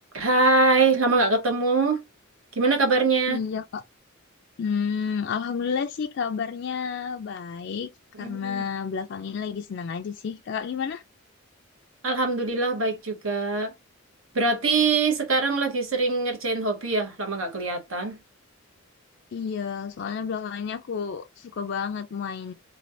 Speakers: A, on the right (about 75°); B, on the left (about 55°).
A: Hai, lama nggak ketemu. Gimana kabarnya?
B: Iya, Kak. Hmm, alhamdulillah sih kabarnya baik
A: Mm,
B: karena belakang ini lagi senang aja sih. Kakak gimana?
A: Alhamdulillah baik juga. Berarti sekarang lagi sering ngerjain hobi ya, lama nggak kelihatan.
B: Iya, soalnya belakang ini aku suka banget main